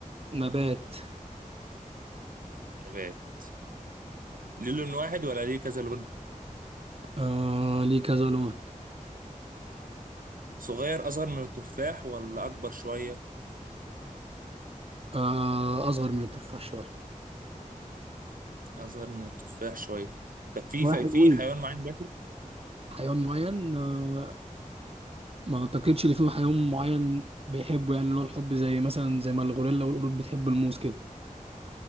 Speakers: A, on the right; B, on the right.
A: نبات
B: نبات ليه لون واحد ولا ليه كذا لون
A: آه ليه كذا لون
B: صغير اصغر من التفاح ولا اكبر شويه
A: آه اصغر من التفاح شويه
B: اصغر من التفاح شويه طب في
A: واحد
B: في
A: وين
B: حيوان معين بياكل
A: حيوان معين آه ما اعتقدش ان في حيوان معين بيحبه يعني اللي هو الحب زي مثلا زي ما الغوريلا والقرود بتحب الموز كده